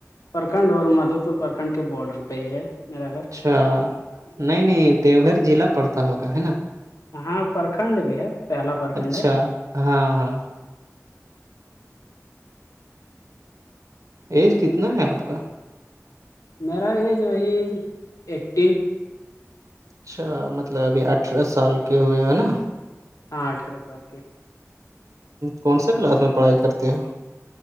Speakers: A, on the left; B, on the right.
A: پرکھنڈ اور مدھو پور پرکھنڈ کے باڈر پہ ہی ہے میرا گھر
B: اچھا نہیں نہیں دیو گھر ضلع پڑتا ہوگا ہے نا
A: ہاں پرکھنڈ بھی ہے پہلا پرکھنڈ
B: اچھا
A: ہے
B: ہاں ہاں ایج کتنا ہے آپ کا
A: میرا ایج وہی ایٹین
B: اچھا مطلب ابھی اٹھارہ سال کے ہوئے ہے نا
A: ہاں اٹھارہ سال کے
B: کون سے کلاس میں پڑھائی کرتے ہو